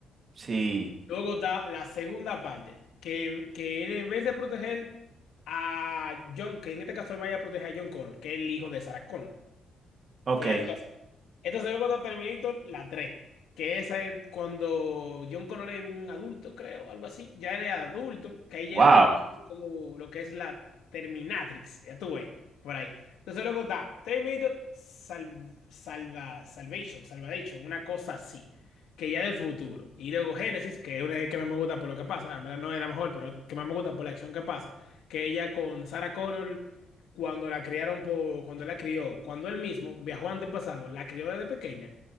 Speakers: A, on the right (about 45°); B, on the left (about 80°).
A: Sí.
B: Luego está la segunda parte, que, que él en vez de proteger a John, que en este caso él vaya a proteger a John Connor, que es el hijo de Sarah Connor.
A: Ok.
B: Sí, algo así. Entonces luego está Terminator, la 3, que esa es cuando John Connor es un adulto, creo, algo así. Ya eres adulto, que ahí ya
A: Wow.
B: yo tan como lo que es la Terminatrix, ya tú ves, por ahí. Entonces luego está Terminator Sal- Salva, Salvation, Salvation, una cosa así, que ya es del futuro. Y luego Genesis, que es una de las que más me gusta por lo que pasa, en verdad no es la mejor, pero es la que más me gusta por la acción que pasa, que ella con Sarah Connor cuando la criaron por, cuando él la crió, cuando él mismo viajó antepasado, la crió desde pequeña,